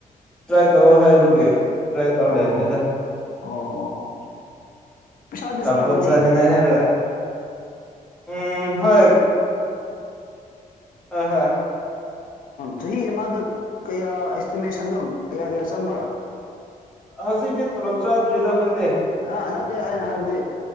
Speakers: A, in the centre; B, on the left.
A: ꯇ꯭ꯔꯥꯏ ꯇꯧ ꯍꯥꯏꯔꯒꯦ ꯇ꯭ꯔꯥꯏ ꯇꯧꯔ
B: ꯑꯣ
A: ꯂꯩꯅꯤꯗ
B: ꯑꯣ ꯑꯣ ꯑꯣ ꯄꯩꯁꯥꯗꯤ
A: ꯇꯄ
B: ꯆꯪꯉꯝꯒꯅꯤ
A: ꯆꯅꯤꯡꯉꯥꯏ ꯍꯥꯏꯂꯒ ꯎꯝ ꯍꯣꯏ ꯍ ꯍ
B: ꯆꯍꯤ ꯑꯃꯗ ꯀꯌꯥ ꯑꯦꯁꯇꯤꯃꯦꯁꯟꯗꯣ ꯀꯌꯥ ꯀꯌꯥ ꯆꯪꯕ꯭ꯔꯥ
A: ꯍꯧꯖꯤꯛꯇꯗꯤ ꯇꯂꯞ ꯆꯥꯗ꯭ꯔꯤꯗ ꯑꯩꯈꯣꯏ
B: ꯑ ꯅꯠꯇꯦ ꯑꯩꯅ ꯍꯥꯏꯕꯗꯤ